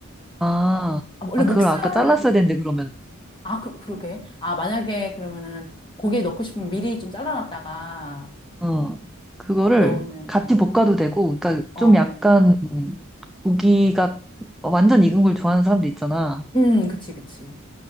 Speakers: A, in the centre; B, on the left.
A: 아,
B: 아, 뭐, 원래
A: 아,
B: 목살,
A: 그걸 아까 잘랐어야 되는데 그러면.
B: 아, 그, 그러게. 아, 만약에 그러면은 고기 에 넣고 싶으면 미리 좀 잘라놨다가
A: 어, 그거를
B: 넣으면
A: 같이
B: 되는.
A: 볶아도 되고, 그러니까
B: 어,
A: 좀 약간 음, 고기가 완전 익은 걸 좋아하는 사람들 있잖아.
B: 음, 그치, 그치.